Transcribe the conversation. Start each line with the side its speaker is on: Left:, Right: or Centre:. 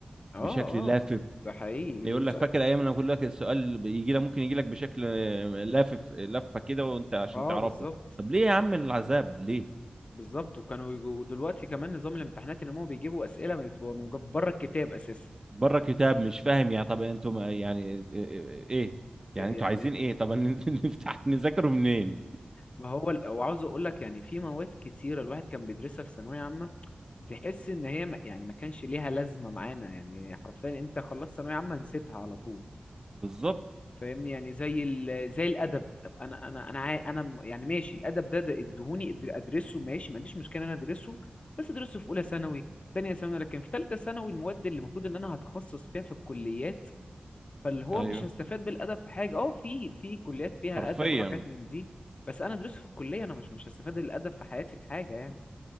Left: اه
Right: بشكل
Left: اه
Right: لافف
Left: ده حقيقي
Right: يعني
Left: اللي
Right: يقول
Left: سأ...
Right: لك فاكر ايام لما كل لك السؤال بيجي لك ممكن يجي لك بشكل آه، لافف لفه كده وانت عشان
Left: اه
Right: تعرفه
Left: بالظبط
Right: طب ليه يا عم العذاب ليه
Left: بالظبط وكانوا يجو... ودلوقتي كمان نظام الامتحانات ان هم بيجيبوا اسئله بتبقى من جب- بره الكتاب اساسا
Right: بره كتاب مش فاهم يعني طب انتوا ما- يعني آه، آه، ايه يعني
Left: يعني
Right: انتوا عايزين ايه طب <laughs> هن- نفتح نذاكره منين
Left: ما هو ال... وعاوز اقول لك يعني في مواد كتيره الواحد كان بيدرسها في ثانويه عامه تحس ان هي ما... يعني ما كانش ليها لازمه معانا يعني حرفيا انت خلصت ثانويه عامه نسيتها على طول
Right: بالظبط
Left: فاهمني يعني زي ال... زي الادب طب انا انا انا عا- انا م- يعني ماشي الادب ده ده ادهوني أدر- ادرسه ماشي ما عنديش مشكله ان انا ادرسه بس ادرسه في اولى ثانوي في ثانيه ثانوي لكن في ثالثه ثانوي المواد اللي المفروض ان انا هتخصص فيها في الكليات فاللي هو
Right: ايوه
Left: مش هستفاد بالادب في حاجه اه في في كليات فيها
Right: حرفيا
Left: ادب وحاجات من دي بس انا ادرسه في الكليه انا مش مش هستفاد بالادب في حياتي بحاجه يعني